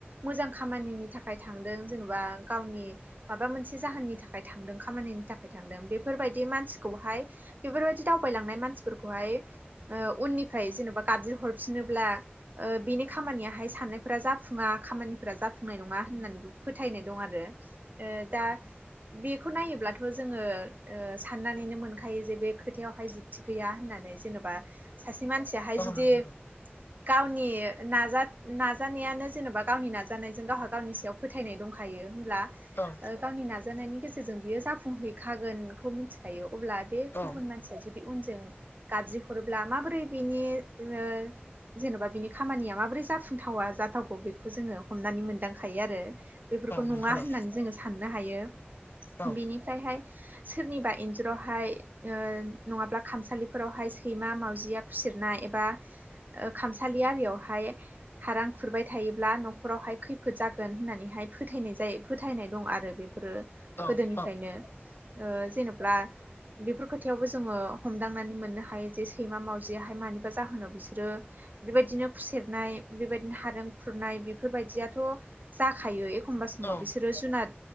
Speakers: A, on the right; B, on the left.
A: मोजां खामानिनि थाखाय थांदों जेन'बा गावनि माबा मोनसे जाहोननि थाखाय थांदों खामानिनि थाखाय थांदों बेफोरबायदि मानसिखौहाय। बेफोरबायदि दावबायलांनाय मानसिफोरखौहाय ओ उननिफ्राय जेन'बा गाबज्रि हरफिनोब्ला। ओ बेनि खामानिया हाय साननायफोरा जाफुङा खामानिफोरा जाफुंनाय नङा होननानैबो फोथायनाय दं आरो ओ दा बेखौ नायोब्लाथ' बेखौ जोङो ओ साननानैनो मोनखायो जे बे खोथायाव हाय जुक्ति गैया होननानै। जेनेबा सासे मानसिया हाय
B: औ
A: जुदि।
B: नोंथां
A: गावनि नाजा नाजानायानो जेनेबा गावनि नाजानायजों गावहा गावनि सायाव। फोथायनाय दंखायो होमब्ला
B: औ
A: गावनि नाजानायनि गेजेरजों बियो जाफुं फुंहैखागोनखौ मिथिखायो अब्ला बे
B: औ
A: गुबुन मानसिया जुदि उनजों। गाबज्रि हरोब्ला माबोरै बिनि ओ, जेन'बा बिनि खामानिया माबोरै जाफुंथावा जाथावखौ बेखौ जोङो हमनानै मोनदांखायो आरो बेफोरखौ नङा
B: नोंथां
A: होननानै जोंङो साननो हायो
B: औ
A: बेनिफ्राय हाय सोरनिबा इन्जुरावहाय। ओ नङाब्ला खामसालिफोरावहाय सैमा मावजिया खुसिरनाय एबा, ओ खामसालि आरियावहाय। हारां खुरबाय थायोब्ला न'खरावहाय खैफोद जागोन होननानैहाय फोथायनाय जायो। फोथायनाय दं आरो बेफोरो
B: औ ओ
A: खायनो ओ जेनेब्ला। बेफोर खोथायावबो जोंङो हमदांनानै मोननो हायो जे सैमा मावजिया हाय मानिबा जाहोनाव बिसोरो। बेबायदिनो खुसेरनाय बेबायदिनो हारें खुरनाय बेफोर बायदियाथ'। जाखायो एखमबा समाव
B: औ
A: बिसोरो जुनाद